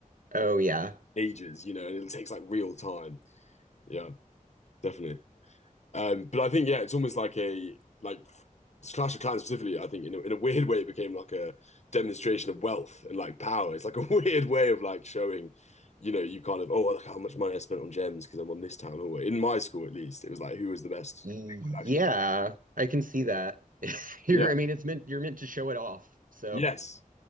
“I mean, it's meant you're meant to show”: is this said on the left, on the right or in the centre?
Right